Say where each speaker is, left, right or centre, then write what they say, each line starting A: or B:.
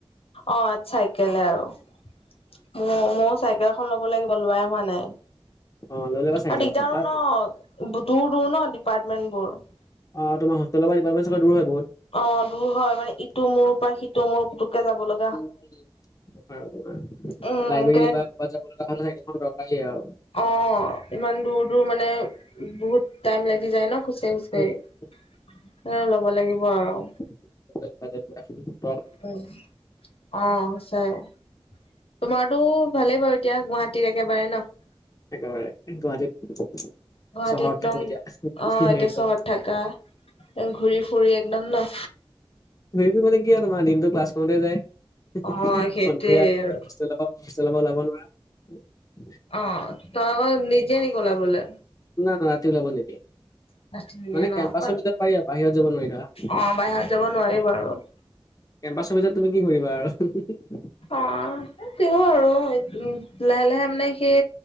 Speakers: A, on the left (about 80°); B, on the left (about 35°).
A: অঁ চাইকেলে আৰু <inaudible> ম-মইও চাইকেল <unintelligible> চাইকেল এখন ল'ব লাগিব, লোৱাই হোৱা নাই। <unintelligible>
B: অ লৈ ল'বা চাইকেল
A: আৰু দিগদাৰো
B: এখন তাত
A: ন, দূৰ-দূৰ ন, ডিপাৰ্টমেন্টবোৰ। <unintelligible>
B: অঁ তোমাৰ হোষ্টেলৰ পৰা ডিপাৰ্টমেন্ট চাগে দূৰ হয় বহুত? <unintelligible>
A: অঁ দূৰ হয় মানে ইটো মোৰ পৰা সিটো মোৰ পুতুককে যাব লগ <unintelligible>
B: উম-উম <unintelligible> তোমাৰ লাইব্ৰেৰী
A: উম কে
B: বা ক'ৰবাত যাব লগা হলে ন <unintelligible> এখন দৰকাৰীয়ে আউ <unintelligible>
A: অঁ ইমান দূৰ-দূৰ মানে বহুত <unintelligible> টাইম লাগি যায় ন খোজকাঢ়ি-খোজকাঢ়ি।
B: উম।
A: সেই
B: উম,
A: কাৰণে ল'ব লাগিব আৰু। <unintelligible>
B: মাজ <unintelligible>
A: হয় <unintelligible> অঁ সঁচাই। তোমাৰতো ভালেই বাৰু এতিয়া গুৱাহাটীত একেবাৰে ন? <unintelligible>
B: একেবাৰে, গুৱাহাটীত
A: গুৱাহাটীত
B: চহৰত
A: একদম
B: থাকো এতিয়া, একদম
A: অ এতিয়া চহৰত
B: <unintelligible>
A: থাকা <unintelligible> <unintelligible> ঘূৰি ফুৰি একদম ন?
B: ঘূৰি ফুৰি মানে কি আৰু তোমাৰ দিনটো ক্লাছ কৰোঁতে যায়।
A: অ সেইটোৱে
B: সন্ধিয়া হোষ্টেলৰ
A: আৰু
B: পৰা <unintelligible> হোষ্টেলৰ পৰা ওলাব নোৱাৰা। <inaudible> <unintelligible>
A: অ তই আকৌ নিজে নি গলা বোলে
B: না-না ৰাতি ওলাব নিদিয়ে।
A: ফাৰ্ষ্ট ইয়েৰ
B: মানে
A: ন
B: কেম্পাছৰ
A: অকল
B: ভিতৰত পাৰি আৰু বাহিৰত যাব নোৱাৰি ধৰা। <unintelligible>
A: অ বাহিৰত যাব নোৱাৰি বাৰু। <inaudible>
B: কেম্পাছৰ ভিতৰত তুমি কি কৰি কৰিবা আৰু <unintelligible>
A: অঁ <inaudible> সেই তেও আৰু উ লাহে লাহে মানে সেই